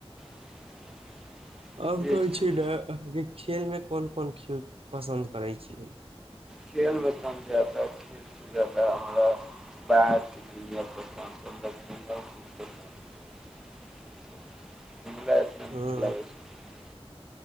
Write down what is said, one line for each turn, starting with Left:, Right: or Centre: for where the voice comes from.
Centre: <inaudible>
Right: और
Centre: जे
Right: कहै
Centre: चीज
Right: छी अहाँ खेलमे कोन कोन खेल पसन्द करैत छियै
Centre: खेल मे त हम ज्यदा खेल <unintelligible> पसन्द छै घुमला एतना
Right: हँ
Centre: नीक लागै
Right: <inaudible>
Centre: छै